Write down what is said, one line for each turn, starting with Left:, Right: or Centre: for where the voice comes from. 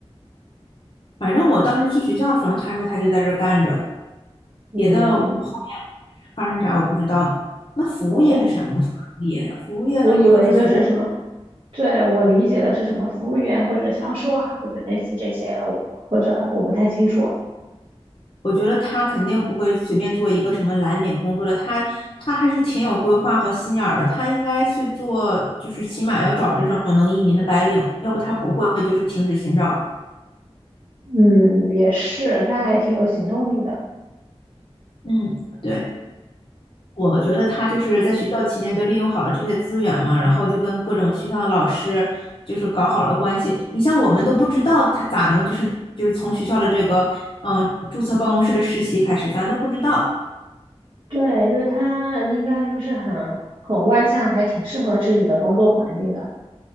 Left: 反正我当时去学校的时候，他说他就在这儿干着，
Right: 嗯，
Left: 别的后面发生啥我不知道。那服务业是什么服务业？
Right: 哦，
Left: 服务业那不就是服务？
Right: 我以为就是什么。对，我理解的是什么服务员或者销售啊，或者类似这些，我或者我不太清楚。
Left: 我觉得他肯定不会随便做一个什么蓝领工作的，他他还是挺有规划和心眼儿的，他应该去做，就是起码要找这种能移民的白领，要不他不会就是停止寻找。
Right: 嗯，也是，他还挺有行动力的。
Left: 嗯，对，我觉得他就是在学校期间就利用好了这些资源嘛，然后就跟各种学校的老师就是搞好了关系。你像我们都不知道他咋能就是就是从学校的这个嗯、呃注册办公室的实习开始，咱都不知道。
Right: 对，就是他应该就是很很外向，还挺适合这里的工作环境的。